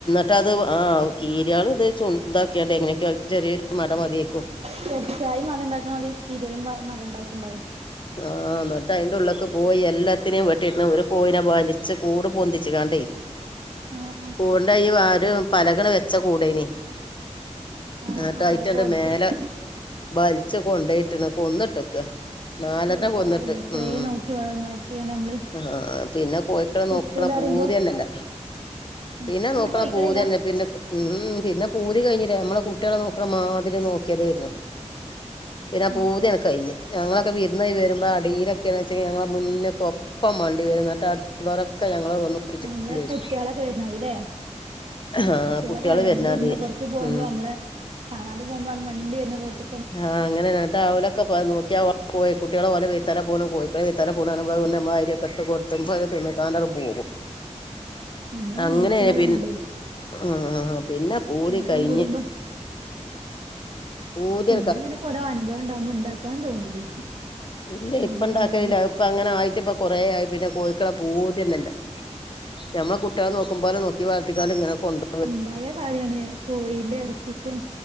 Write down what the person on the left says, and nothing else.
ട്ട അത് ആ കീര്യാളത് ഇത് ചു താക്കിയാണ്ട് എങ്ങനെക്കോ ചെറ്യാരു മടമത്യാ.
ആഹ് ന ഇങ്ങട്ട് അയ്ന്റെ ഉള്ള്ക്ക് പോയീ എല്ലാത്തിനിം വെട്ടിട്ട്ണ്ണ് ഒരു കോയിനെ വലിച്ച് കൂട് പൊന്തിച്ച് കാണ്ടേ
കൂണ്ട ഈ വാരൂ പലകണ്ട് വെച്ച കൂടേനി.
ആ.. ങ്ങട്ട്
ഐറ്റംണ്ട്
മേലെ. ബൽച്ച് കൊണ്ടോയിട്ടിണ് കൊന്നിട്ടക്ക. നാലണ്ണം
കൊന്നിട്ട്.
മ് മ്
അ ആ പിന്നെ കോയ്ക്കളെ
നോക്ക്ണ പൂത്യാന്നല്ല.
പിന്നെ
നോക്ണ
പൂത്യന്നെ പിന്നെ ഉം പിന്നെ പൂതി കഴിഞ്ഞിലേ നമ്മളെ കുട്ട്യാള നോക്ക്ണ മാതിരി നോക്യതാര്ന്നു. പിന്നെ ആ
പൂത്യാന്നെ
കയ്ഞ്ഞ് ഞങ്ങളൊക്കെ വിരുന്നോയ്‌വര്മ്പോ അടീലൊക്കെ <unintelligible> വെച്ചെങ്കി ഞങ്ങളെ മുന്ന്ക്ക് ഒപ്പം മണ്ടി വരും. ന്നട്ട് അടുത്തുള്ളരൊക്കെ ഞങ്ങളെ വന്ന്.
ചോദിച്ചു
ആ
കുട്ടികള് വരുന്നാതി
ഉം
ആഹ് അങ്ങനെന്നെ ഇങ്ങട്ടഅവ <unintelligible> നോക്യാ കോയി കുട്ട്യാള് ഓലെ വൈത്തല പോണ് <unintelligible> അമ്മളരിഒക്കെ ഇട്ട് കൊട <unintelligible> തിന്ന്ക്കാണ്ട് അഹ് പോകും.
അങ്ങനെ
പിൻ
ആ..., പിന്നെ പൂതി
കയ്ഞ്ഞ്
പൂതി
<unintelligible>
ഇപ്പ ഇണ്ടാക്കലില്ല.
അതിപ്പ അങ്ങനെ ആയിട്ട് ഇപ്പ കൊറേ ആയി. പിന്നെ കോയിക്കളെക പൂതിന്നല്ല ഞമ്മളെ കുട്ട്യാളെ നോക്കുമ്പോലെ നോക്കി വളർത്തിക്കാണ്ട് ഇങ്ങനെക്കെണ്ടോ